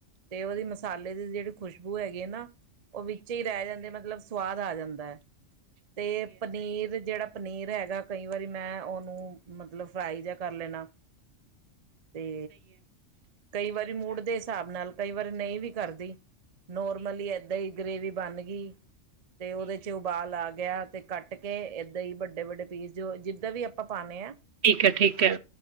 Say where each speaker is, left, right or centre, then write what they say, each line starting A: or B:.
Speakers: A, on the right; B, on the right.
A: ਤੇ ਓਦੀ ਮਸਾਲੇ ਦੀ ਜੇੜੀ ਖੁਸ਼ਬੂ ਹੈਗੀ ਏ ਨਾ ਓ ਵਿੱਚ ਈ ਰੈ ਜਾਂਦੀ ਮਤਲਬ ਸਵਾਦ ਆ ਜਾਂਦਾ ਐ। ਤੇ ਪਨੀਰ ਜੇੜਾ ਪਨੀਰ ਹੈਗਾ ਕਈ ਵਾਰੀ ਮੈਂ ਓਨੂੰ ਮਤਲਬ ਫਰਾਈ ਜਾ ਕਰ ਲੈਣਾ। ਤੇ ਕਈ ਵਾਰੀ ਮੂਡ ਦੇ ਹਿਸਾਬ ਨਾਲ ਕਈ ਵਾਰੀ ਨਈ ਵੀ ਕਰਦੀ। ਨੋਰਮਲੀ ਏਦਾਂ ਈ ਗਰੇਵੀ ਬਨ ਗਈ, ਤੇ ਓਦੇ ਚ ਉਬਾਲ ਆ ਗੇਆ ਤੇ ਕੱਟ ਕੇ ਏਦਾਂ ਈ ਵੱਡੇ-ਵੱਡੇ। ਪੀਸ ਜੋ ਜਿੱਦਾਂ ਵੀ ਆਪਾਂ ਪਾਨੇ ਐ।
B: ਠੀਕ ਐ, ਠੀਕ ਐ।